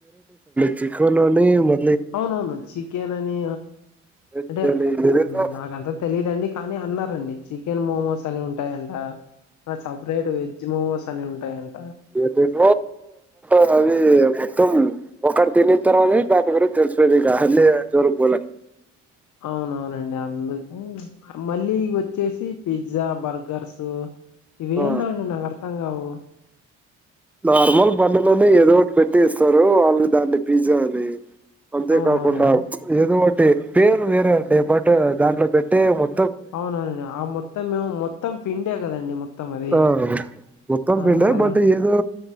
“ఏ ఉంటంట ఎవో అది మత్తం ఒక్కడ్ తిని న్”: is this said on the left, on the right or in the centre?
Centre